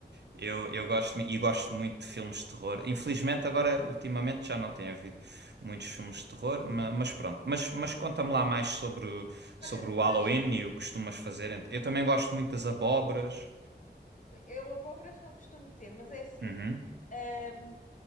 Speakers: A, on the right; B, on the left.
A: Eu, eu gosto e gosto muito de filmes de terror. Infelizmente, agora, ultimamente, já não tem havido muitos filmes de terror, ma- mas, pronto. Mas, mas conta-me lá mais sobre, o- sobre
B: Olha,
A: o
B: mas
A: Halloween e o que costumas fazer. Ent- Eu também gosto muito das abóboras.
B: Eu abóboras não costumo ter, mas é assim.
A: Uhum,
B: hum,